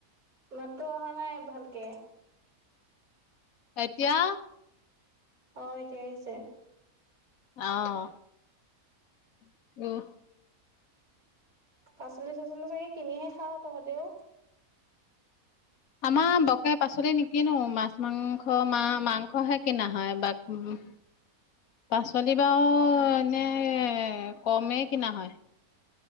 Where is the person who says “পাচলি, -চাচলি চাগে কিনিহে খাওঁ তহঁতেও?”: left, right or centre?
Right